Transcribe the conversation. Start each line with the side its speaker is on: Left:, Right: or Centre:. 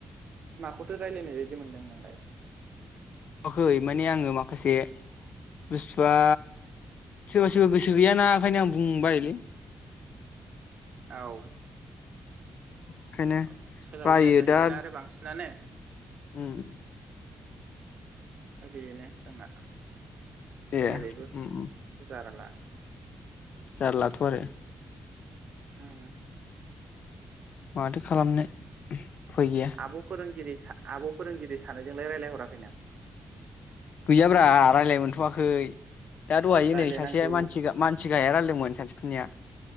Right: माखौथो रायलायनाय बायदि मोनदों नोंलाय?
Left: <unintelligible> खै माने आङो माखासे बुस्थुआ सोरबा सोरबा गोसो गैयाना ओंखायनो आं बुंनो बायोलै ।
Right: औ
Left: ओंखायनो
Right: औ सोलाबलायानो
Left: बायो
Right: जाहैबायना
Left: दा
Right: आरो बांसिनानो -
Left: उम
Right: दा बेनो जोंना
Left: ए
Right: जेरैबो
Left: उम उम
Right: जारला
Left: जारलाथ' आरो
Right: उम
Left: माथो खालामनो उफाय गैया
Right: आब' फोरोंगिरि स आब' फोरोंगिरि सानैजोंलाय रायलायहराखै नों?
Left: गैयाब्रा रायलाय मोनथ'वाखै । दा दहाय
Right: रायलायनांगौ
Left: नै सासेया मानसि गा मानसि गाहाया रायलायदोंमोन सानथिफुरनिया